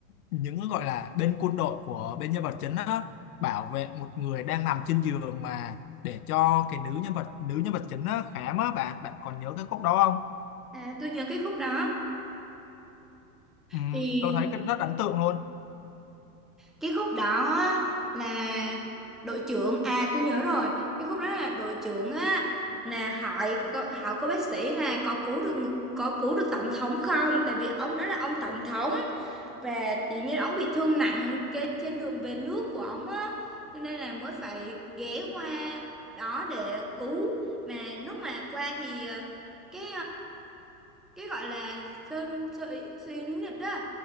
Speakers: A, on the left; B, in the centre.
A: những gọi là bên quân đội của bên nhân vật chính á bảo vệ một người đang nằm trên giường mà để cho cái nữ nhân vật nữ nhân vật chính á khám á bạn bạn còn nhớ cái khúc đó không
B: à, tôi nhớ cái khúc đó
A: Ừm,
B: thì
A: tôi thấy cái rất ấn tượng luôn
B: cái khúc đó á, là đội trưởng à tôi nhớ rồi cái khúc đó là đội trưởng á là hỏi có, hỏi cô bác sĩ là có cứu được ng- có cứu được tổng thống không tại vì ông đó là ông tổng thống và tự nhiên ông bị thương nặng cái trên đường về nước của ông á cho nên là mới phải ghé qua đó để cứu mà lúc mà qua thì ờ, cái cái gọi là sơn sợi cyanide đó